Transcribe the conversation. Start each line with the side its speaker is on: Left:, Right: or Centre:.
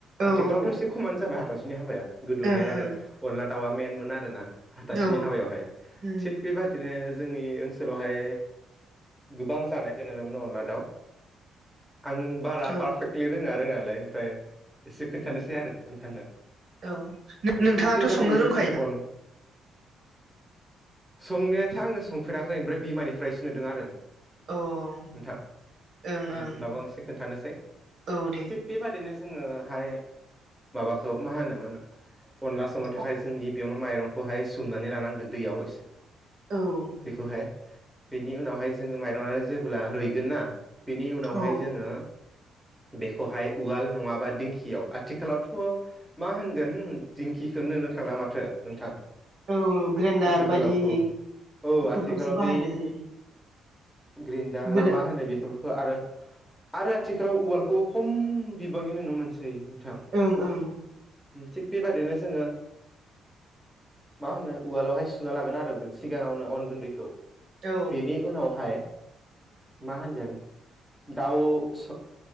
Right: औ
Centre: आथिखालावथ
Right: औ ओं
Centre: एसे खमानो जाबाय हाथासुनि हाबाया गोदो हाय
Right: ओं
Centre: आरो अनला दाउआ मेनमोन आरो ना आथासुनि
Right: औ
Centre: हाबायाव हाय
Right: उम
Centre: थिग बेबादिनो जोंनि ओनसोलाव हाय गोबां जानायखौ नुनो मोनो अनला दाउ आं बारा
Right: औ
Centre: पारफेकलि रोङा रोङालाय ओमफ्राय एसे खोनथानोसै आरो नोंथांनो
Right: औ नोंथांङाथ
Centre: थिग बेबादिनो
Right: संनो रोंखाय
Centre: जोङो
Right: ना?
Centre: अन संनायाथ आङो संफेराखै ओमफ्राय बिमानिफ्रायसो नुदों आरो
Right: ओं
Centre: नोंथां
Right: ओं
Centre: उम होनबाबो आं एसे खोनथानोसै
Right: औ दे
Centre: थिग बेबादिनो जोङो हाय माबाखौ मा होनोमो अनला संनो थाखाय
Right: औ
Centre: जोंनि बेयावनो माइरंखौ हाय सोमनानै लानांगोन दैयाव एसे
Right: ओं
Centre: बेखौहाय बेनि उनाव हाय जोङो माइरंया जेब्ला रुइगोन ना बिनि उनाव
Right: औ
Centre: हाय जोङो बेखौहाय उवाल नङाबा दिंखियाव आथिखालावथ मा होनगोन दिंखिखोनो नुनो मोनला माथो नोंथां
Right: औ ग्रेन्डार
Centre: आथिखालाव
Right: बायदि
Centre: औ औ
Right: फोरखौसो
Centre: आथिखालाव
Right: बाहायनाय
Centre: बेै
Right: जायो
Centre: ग्रिनडार
Right: गोदो
Centre: ना मा होनो बेफोरखौ आरो आरो आथिखालाव उवालखौ खम बिबांनि नुनो मोनसै नोंथां
Right: ओं ओं
Centre: थिग बेबादिनो जोङो मा होनो उवालावहाय सुना लागोन आरो सिगाङावनो अन गुन्दैखौ
Right: ओ औ
Centre: बेनि उनावहाय‌ मा होनगोन दाउ स